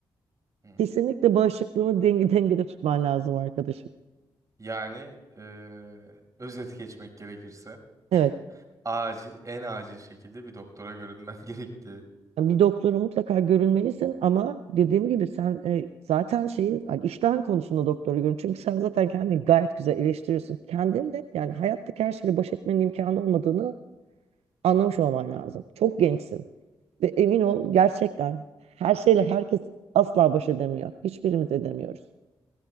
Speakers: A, on the right; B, on the right.
A: Hı.
B: Kesinlikle bağışıklığını denge dengede tutman lazım arkadaşım.
A: Yani e, özet geçmek gerekirse
B: Evet.
A: acil en acil şekilde bir doktora görünmem <laughs> gerektiği.
B: yani Bir doktora mutlaka görünmelisin ama dediğim gibi sen e, zaten şeyin hani iştahın konusunda doktora görün. Çünkü sen zaten kendini gayet güzel eleştiriyorsun. Kendin de yani hayattaki her şeyle baş etmenin imkanı olmadığını anlamış olman lazım. Çok gençsin ve emin ol gerçekten her şeyle herkes asla baş edemiyor. Hiçbirimiz edemiyoruz.